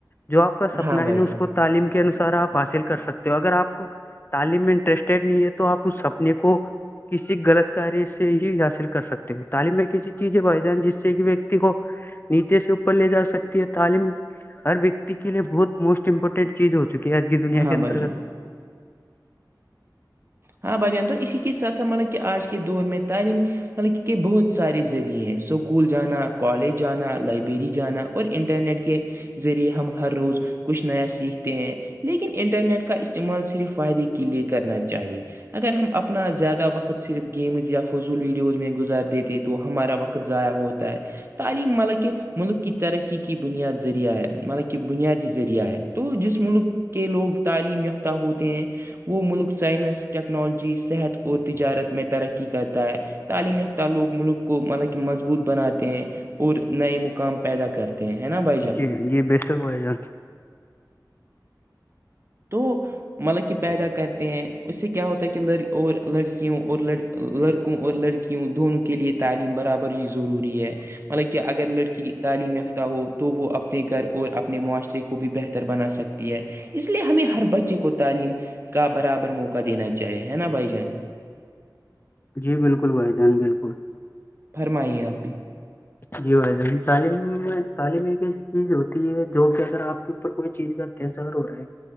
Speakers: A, on the left (about 30°); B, on the right (about 35°).
A: جو آپ کا سپنا
B: ہاں بھائی
A: ہے نا اس
B: جان
A: کو تعلیم کے انوسار آپ حاصل کر سکتے تو اگر آپ کو تعلیم میں انٹرسٹیڈ نہیں ہے تو آپ اس سپنے کو کسی غلط کاریہ سے ہی حاصل کر سکتے ہو تعلیم میں ایسی چیز ہے بائیدان جس سے کہ و کو نیچے سے اوپر لے جا سکتی ہے تعلیم ہر ویکتی کے لیے بہت موسٹ امپورٹنٹ چیز ہو چکی ہے آج کی دنیا
B: ہاں
A: کے اندرگت
B: بھائی جان ہاں بھ جان تو اسی کے ساتھ سا مطلب کہ آج کے دور میں تعلیم مطلب کہ بہت سارے ذریعے اسکول جانا کالج جانا لائبریری جانا اور انٹرنیٹ کے ذریعے ہم ہر روز <unintelligible> کچھ نیا سیکھتے ہیں لیکن انٹرنیٹ کا استعمال صرف فائدے کے لیئے کرنا چاہیے اگر ہم اپنا زیادہ وقت صرف گیمز یا فضول ویڈیوز میں گزار دیتے تو ہمارا وقت ضائع ہوتا ہے <unintelligible> تعلیم مطلب کہ ملک کی ترقی کی بنیاد ذریعہ ہے مطلب کہ بنیادی ذریعہ ہے تو جس ملک کے لوگ تعلیم یافتہ ہوتے ہیں وہ ملک سائنس ٹیکنالوجی صحت اور تجارت میں ترقی کرتا ہے تعلیم تہ لوگ ملک کو مطلب کہ مضبوط بناتے ہیں اور نئے مقام پیدا کرتے ہیں ہیں نا بس <unintelligible>
A: جی یہ بےشک والائی جان
B: تو مطلب کہ پیدا کرتے ہیں اس سے کیا ہوتا ہے کہ ل اور لڑکیوں اور ل لڑکوں اور لڑکیوں دونوں کے لیے تعلیم برابر یوز ضروری ہے مطلب کہ اگر لڑکی تعلیم یافتہ ہو تو وہ اپنے گھر اور اپنے معاشرے کو بھی بہتر بنا سکتی ہے اس اس لیے ہمیں ہر بچے کو تعلیم کا برابر موقع دینا چاہیے ہے نا بھائی جان
A: جی بالکل بھائی جان بالکل
B: فرمائیے اب بھی
A: جی و تعلیم تعلیم ایک چیز ہوتی جو کہ اگر آپ کے اوپر کوئی چیز کا اتس اگر ہو رہا ہے